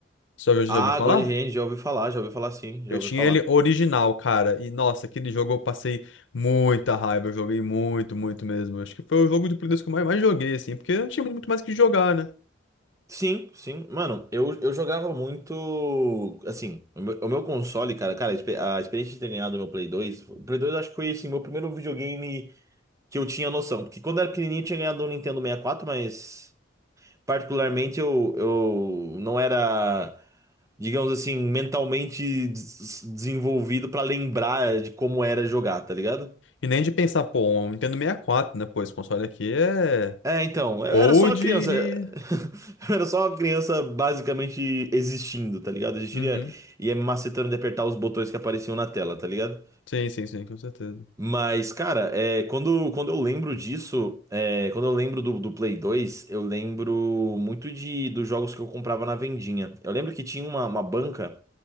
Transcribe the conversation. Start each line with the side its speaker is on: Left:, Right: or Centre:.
Left: Você já, já
Right: Ah,
Left: ouviu falar?
Right: God Hand, já ouvi falar, já ouvi falar sim, já
Left: Eu
Right: ouvi
Left: tinha
Right: falar.
Left: ele original, cara. E nossa, aquele jogo eu passei muita raiva. Eu joguei muito, muito mesmo. Acho que foi o jogo de Play 2 que eu mais, mais joguei, assim, porque não tinha muito mais o que jogar, né?
Right: Sim, sim. Mano, eu, eu jogava muito. Assim, o meu, o meu console, cara, cara, a expe- a experiência de ter ganhado o meu Play dois O Play dois eu acho que foi assim, meu primeiro videogame. que eu tinha noção. Porque quando eu era pequenininho eu tinha ganhado um Nintendo 64, mas particularmente eu, eu não era, digamos assim, mentalmente des- desenvolvido pra lembrar de como era jogar, tá ligado?
Left: E nem de pensar, pô, um Nintendo sessenta e quatro né? Pô, esse console aqui é
Right: É, então, eu
Left: old
Right: era só uma criança.
Left: e.
Right: <laughs> Eu era só uma criança basicamente existindo, tá ligado? Existindo
Left: Uhum.
Right: e ia e ia me macetando de apertar os botões que apareciam na tela, tá ligado?
Left: Sim, sim, sim, com certeza.
Right: Mas, cara, é, quando, quando eu lembro disso, é, quando eu lembro do, do Play dois eu lembro muito de dos jogos que eu comprava na vendinha. Eu lembro que tinha uma, uma banca